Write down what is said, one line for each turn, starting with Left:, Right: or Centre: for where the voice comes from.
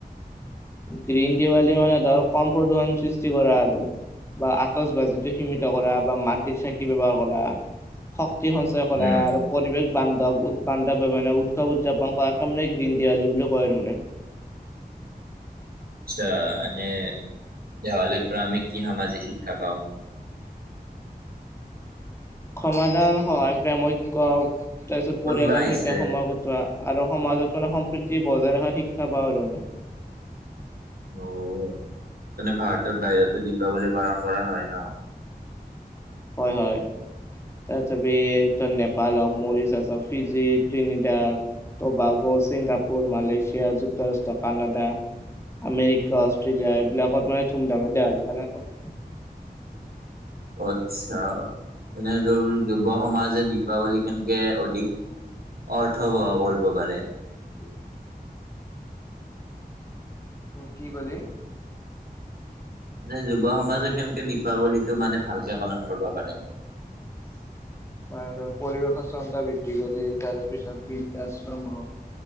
Left: গ্ৰীণ দিৱালী মানে ধৰক কম প্ৰদূষণ সৃষ্টি কৰা আৰু। বা আটচ ভাজিটো সীমিত কৰা বা মাটিৰ চাকি ব্যৱহাৰ কৰা। শক্তি সঞ্চয় কৰা
Right: উম,
Left: আৰু। পৰিৱেশ বান্ধৱ উৎ বান্ধৱে মানে উৎসৱ উদযাপন কৰাকে মানে গ্ৰীণ দিৱালী বুলি কয় আৰু মানে।
Right: আচ্ছা এনে দেৱালীৰ পৰা আমি কি সামাজিক শিক্ষা পাওঁ?
Left: সমাধান, সহায়, প্ৰেম, ঐক্য তাৰপিছত
Right: কোনোবা
Left: পৰিয়ালৰ
Right: আহিছে
Left: সৈতে সময় ক- টোৱা আৰু সমাজত মানে সম্প্ৰীতি বজাই ৰখাত শিক্ষা পাওঁ আৰু মানে।
Right: অ মানে ভাৰতৰ বাহিৰতো দীপাৱলী পালন কৰা হয় ন?
Left: হয় হয় তাৰছপি ত নেপাল মৰিচ আছ Fiji Trinidad Tobago, Singapore, Malaysia, যুক্তৰাষ্ট্ৰ, কানাডা, আমেৰিকা, অষ্ট্ৰেলিয়া এইবিলাকত মানে ধুম ধামে দেৱালী পালন ক
Right: অ আচ্ছা এনে ধৰ যুৱ সমাজে দীপাৱলী কেনেকে অধিক অৰ্থব কৰিব পাৰে
Left: উম কি কলি
Right: এ যুৱ সমাজে কেনেকে দীপাৱলীটো মানে ভালকে পালন কৰিব পাৰে
Left: মানে ধৰ পৰিৱেশৰ চমতা বৃদ্ধি কৰি তাৰে পিছত বৃদ্ধাশ্ৰম হক